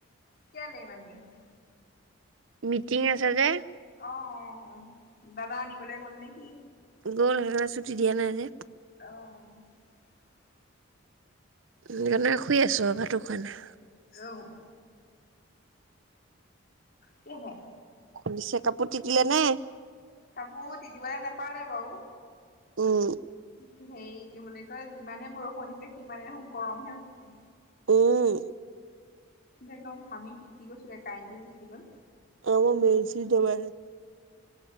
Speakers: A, on the left; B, on the right.
A: কেইলে ইমান দেৰি হ'ল?
B: মিটিং আছে যে।
A: অ, অ, অ। দাদা আনিবলে গ'ল নে কি?
B: গল <unintelligible> ছুটি দিয়া নাই যে।
A: অহ,
B: সেইকাৰণে শুই আছো ভাতো কইনা।
A: অ', <inaudible> কিয় হয়।
B: বিছে কাপোৰ টিটিলে নে?
A: কাপোৰ তিটিবলে নেপালে বাৰু।
B: উম
A: তো হেৰি কি বুলি কয় যিমানে বৰষুণ সিমানহে দেখোন গৰমহে উঠিছে।
B: উম,
A: একদম ঘামি তিতি গৈছো গে কাৰেণ্টটো গুচি গ'ল।
B: আমাৰ মেন চুইচ ডবাই থৈছে।